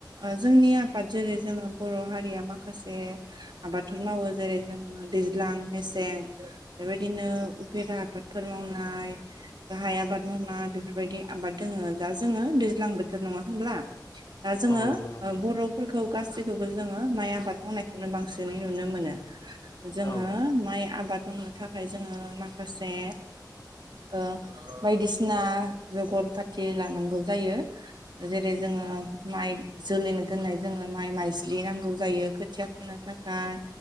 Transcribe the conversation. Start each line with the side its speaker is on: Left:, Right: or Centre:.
Right: ओ जोंनि आफाद जेरै जोंङो बर' हारिया माखासे आबादथ' मावो जेरै जोङो दैज्लां मेसें बेबायदिनो उफेरा आबाद फोर मावनाय गाहाय आबाद मावना बेफोरबायदि आबाद दोंङो दा जोङो दैज्लां बोथोर नङा होनब्ला? दा जोङो
Left: औ नंगौ नोंथां
Right: ओ बर'फोरखौ गासैखौबो जोङो माइ आबाद मावनाय खौनो बांसिनै नुनो मोनो जोङो
Left: औ
Right: माइ आबाद मावनो थाखाय जोङो माखासे ओ बायदिसिना जगर पाथि लानांगौ जायो। जेरै जोङो माइ जोलैनो दोननाय जोङो माइ माइज्लि नांगौ जायो खोथिया फोनो थाखाय